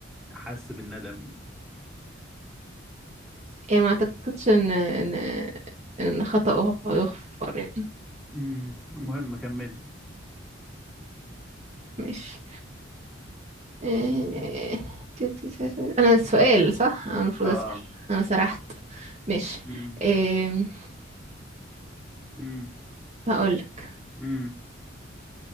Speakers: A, in the centre; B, on the right.
A: حس بالندم
B: يعني ما اعتقدش ان ان ان خطأه يغفر يعني
A: مم. المهم كملي
B: ماشي آه، تي- تي- تي- تي. انا السؤال صح انا المفروض
A: اه اه
B: اسأل انا سرحت ماشي
A: مم.
B: آم،
A: مم.
B: هقولك
A: مم.